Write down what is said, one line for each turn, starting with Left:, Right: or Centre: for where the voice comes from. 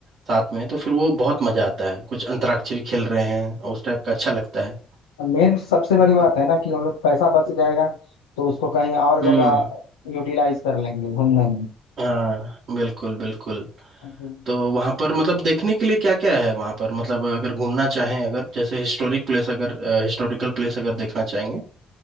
Right: साथ में तो फिर वो बहुत मजा आता है कुछ अंतराक्षरी खेल रहे हैं और उस टाइप का अच्छा लगता है
Left: मेन सबसे बड़ी बात है ना कि हम लोग पैसा बच जाएगा तो उसको कहीं और जगह
Right: हम्म
Left: यूटिलाइज कर लेंगे घूमने
Right: हाँ बिल्कुल बिल्कुल
Left: में
Right: तो वहां पर मतलब देखने के लिए क्या क्या है वहां पर मतलब अगर घूमना चाहें अगर जैसे हिस्टोरिक प्लेस अगर हिस्टोरिकल प्लेस अगर देखना चाहेंगे